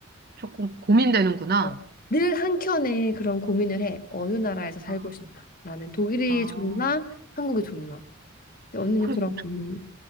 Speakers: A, on the right; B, on the left.
A: 조금 고민되는구나.
B: 어, 늘 한켠에 그런 고민을 해. 어느 나라에서 살고
A: 아,
B: 싶나? 나는 독일이
A: 아.
B: 좋나? 한국이 좋나? 근데 언니는
A: 그래,
B: 그런 고민.